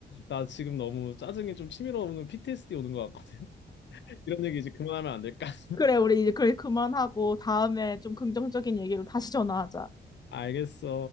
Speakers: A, on the left; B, on the left.
A: 나 지금 너무 짜증이 좀 치밀어 오는 PTSD 오는 것 같거든. <laughs> 이런 얘기 이제 그만하면 안 될까? <laughs>
B: 그래, 우리 이제 그래, 그만하고, 다음에 좀 긍정적인 얘기로 다시 전화하자.
A: 알겠어.